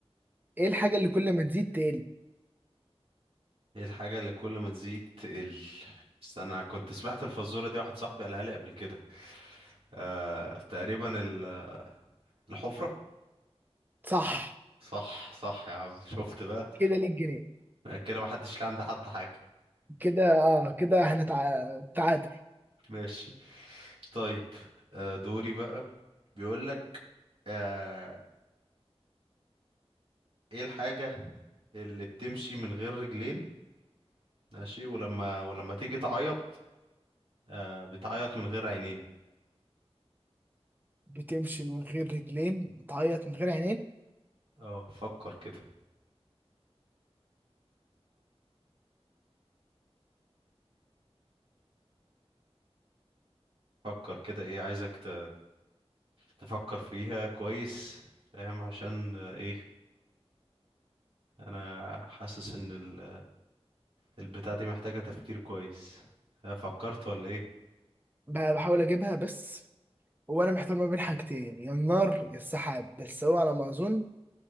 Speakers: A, on the right; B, on the right.
A: إيه الحاجة اللي كل ما تزيد تقل
B: ايه الحاجة اللي كل ما تزيد تقل بس انا كنت سمعت الفزورة دي واحد صاحبي قالها لي قبل كده آه تقريبا ال- الحفرة
A: صح
B: صح صح يا عم شفت بقى
A: كده ليك جنيه
B: كده محدش ليه عند حد حاجة
A: كده آه كده هنتعادل
B: ماشي طيب آه دوري بقى بيقولك آه ايه الحاجة اللي بتمشي من غير رجلين ماشي ولما ولما تيجي تعيط آه بتعيط من غير عينين
A: بتمشي من غير رجلين بتعيط من غير عينين
B: اه فكر كده فكر كده ايه عايزك ت... تفكر فيها كويس فاهم عشان آه، ايه انا حاسس ان ال... البتاع دي محتاجة تفكير كويس آه، فكرت ولا ايه
A: ب- بحاول أجيبها بس وأنا محتار ما بين حاجتين يا النار يا السحاب بس هو على ما أظن